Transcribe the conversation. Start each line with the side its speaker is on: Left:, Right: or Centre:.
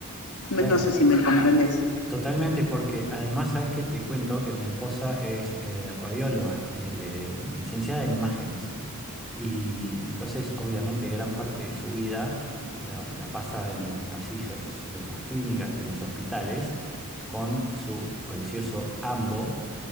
Left: No
Centre: claro.
Left: sé si me comprendes.
Centre: Totalmente, porque además sabes que te cuento que mi esposa es eh, radióloga, eh, le- licenciada en imágenes. Y entonces, obviamente, gran parte de su vida la, la pasa en los pasillos de las clínicas y los hospitales con su precioso ambo.